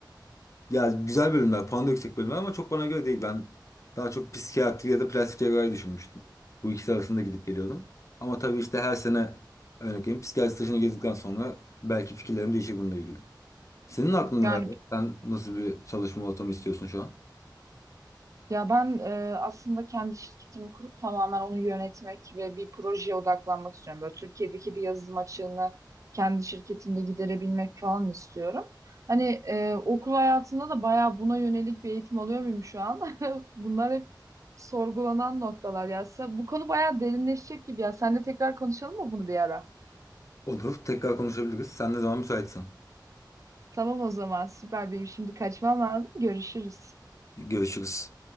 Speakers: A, on the left; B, on the right.
A: Ya güzel bölümler, puan da yüksek bölümler ama çok bana göre değil. Ben daha çok psikiyatri ya da plastik cerrahi düşünmüştüm. Bu ikisi arasında gidip geliyordum. Ama tabii işte her sene örnek vereyim psikiyatri stajını gezdikten sonra belki fikirlerim değişir bununla ilgili. Senin aklında
B: <laughs> Yani
A: neler var? Sen nasıl bir çalışma ortamı istiyorsun şu an?
B: Ya ben e, aslında kendi şirketimi kurup tamamen onu yönetmek ve bir projeye odaklanmak istiyorum. Böyle Türkiye'deki bir yazılım açığını kendi şirketimde giderebilmek falan istiyorum. Hani e, okul hayatında da bayağı buna yönelik bir eğitim alıyor muyum şu an? <laughs> Bunlar hep sorgulanan noktalar ya. Sen- Bu konu bayağı derinleşecek gibi ya. Seninle tekrar konuşalım mı bunu bir ara?
A: Olur, tekrar konuşabiliriz. Sen ne zaman müsaitsen.
B: Tamam o zaman süper benim şimdi kaçmam lazım. Görüşürüz.
A: Görüşürüz.